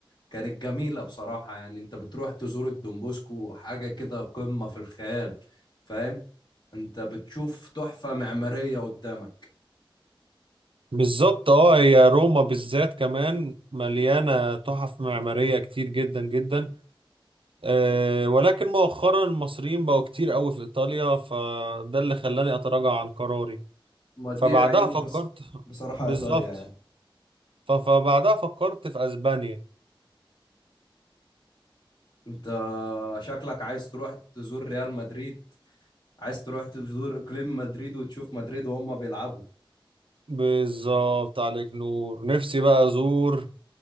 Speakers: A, on the left (about 55°); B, on the right (about 75°).
A: كانت جميلة بصراحة يعني انت بتروح تزور الدومبوسكو حاجة كده قمة في الخيال فاهم انت بتشوف تحفة معمارية قدامك
B: بالظبط اه هي روما بالذات كمان مليانة تحف معمارية كتير جدا جدا آه، ولكن مؤخرا المصريين بقوا كتير قوي في إيطاليا فده اللي خلاني أتراجع عن قراري
A: ما
B: فبعدها
A: دي عيوب
B: فكرت
A: بس بصراحة
B: بالظبط
A: إيطاليا يعني
B: ف- فبعدها فكرت في اسبانيا
A: انت شكلك عايز تروح تزور ريال مدريد عايز تروح تزور اقليم مدريد وتشوف مدريد وهم بيلعبوا
B: بالظبط عليك نور نفسي بقى ازور